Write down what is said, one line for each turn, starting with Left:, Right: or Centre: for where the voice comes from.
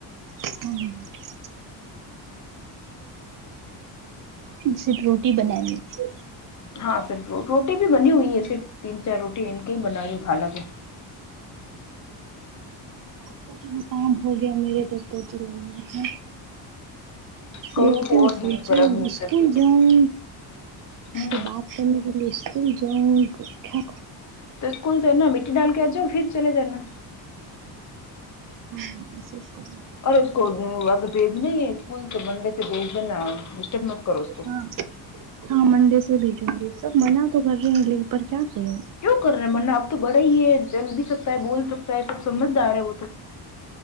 Right: ہ صرف روٹی بنانی ہے
Left: ہاں پھر تو روٹی بھی بنی ہوئی ہے صرف تین چار روٹی ان کے ہی بنا رہی ہوں خالہ کو
Right: ا ج ہو گیا میرے تو پوچھا لگانے کا
Left: کروں
Right: دیکھتے
Left: تو
Right: ہوں
Left: اور
Right: سوچے
Left: ہے پر اب
Right: ہ
Left: میری
Right: اسکول
Left: طبیعت
Right: جاؤں
Left: ٹھیک ہے ہوں
Right: سے بات کرنے کے لیے اسکول جاؤں کیا
Left: تو اسکول تو اننا مٹی ڈال کے آ جاؤ پھر چل جانا
Right: ہاں کر
Left: اور اس کو ا بھیج نے اسکول تو منڈے سے بھیچ دینا کرو اس کو
Right: ہاں ہاں منڈے سے بھیجوں گی سب منعہ تو کر رہے ہیں لیکن پر کیا کرو
Left: کیوں کر رہے ہیں منعہ اب تو بڑا ہی ہے چل بھی سکتا ہے بول سکتا ہے سب سمجھدارا ہے وہ تو